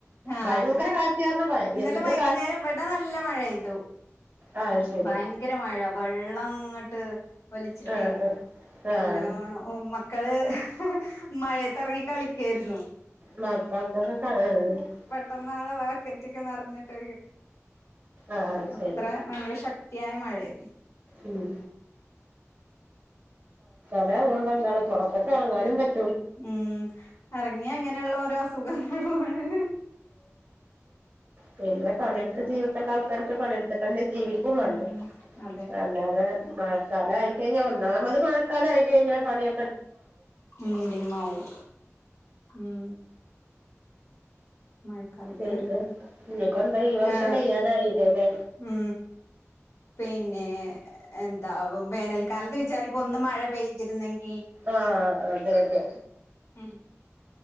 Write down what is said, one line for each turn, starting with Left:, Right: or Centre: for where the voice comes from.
Left: ആ
Right: ഭയങ്കര കാറ്റ് കാരണ
Left: ഇന്നലെ
Right: എന്തൊ
Left: വൈകുന്നേരം ഇവിടെ നല്ല മഴയെയ്തു
Right: ആഹ് ശരി
Left: ഭയങ്കര മഴ വെള്ളം ഇങ്ങോട്ട് വലിച്ചിട്ടേ
Right: ആഹ് ആഹ് ആഹ്
Left: നല്ലവോണം ഓ കള് മഴയത്തിറങ്ങി കളി കേരുന്നു
Right: മക്കാത്തക്കെ ക <unintelligible>
Left: നന്നാണ വാക്കറ്റക്ക്ന്ന് നറഞ്ഞിട്ട്
Right: ആഹ്
Left: അത്ര
Right: ശരി
Left: ഭയങ്കര ശക്തിയായ മഴയരുന്നു
Right: ഉം അല്ലണ്ട എന്താണ് പുറത്തൊക്കെ ഇറങ്ങാനും പറ്റും
Left: ഉം ഇറങ്ങി അങ്ങനെയുള്ള ഓരോ അസുഖങ്ങളാണ്
Right: പിന്നെ പലയിടുത്ത ജീവി ആൾക്കാരൊക്കെ പണിയെടുത്തിട്ട് അന്നെ ജീവിക്കും
Left: ഉം
Right: ഇണ്ട്
Left: അതെ
Right: അല്ലാതെ മഴക്കാലം ആയി കഴിഞ്ഞാൽ ഒന്നാ അമ്മത് മഴക്കാല ആയി കഴിഞ്ഞാൽ പണിയ
Left: <unintelligible> മാവും ഉം മഴക്കാലത്ത്
Right: പിന്നെ ഇനിയിപ്പോ എന്താ ഈ വർഷം
Left: ആ
Right: കഴിയാനായില്ലേല്ലേ
Left: ഉ പിന്നെ എന്താ വേനൽക്കാലത്ത് വിചാരിക്കും ഒന്ന് മഴ പെയ്തിരുന്നെങ്കി
Right: ആഹ ആ അതെ അതെ
Left: ഉ